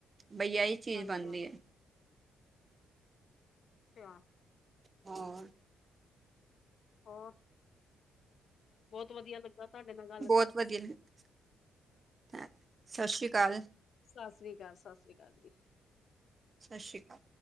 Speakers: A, on the right; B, on the left.
A: ਬਈ ਆ ਹੀ ਚੀਜ਼
B: ਹਾਂਜੀ
A: ਬਣਦੀ
B: ਹਾਂਜੀ
A: ਏ।
B: ਅੱਛਾ
A: ਹੋਰ
B: ਹੋਰ ਬੋਤ ਵਧੀਆ ਲੱਗਾ। ਤੁਹਾਡੇ ਨਾਲ ਗੱਲ
A: ਬਹੁਤ
B: ਕਰਕੇ
A: ਵਧੀਆ ਲੱਗਦਾ ਹੈ। ਸਤਿ ਸ਼੍ਰੀ ਅਕਾਲ
B: ਸਤਿ ਸ਼੍ਰੀ ਅਕਾਲ ਸਤਿ ਸ੍ਰੀ ਅਕਾਲ ਜੀ।
A: ਸਤਿ ਸ਼੍ਰੀ ਅਕਾਲ।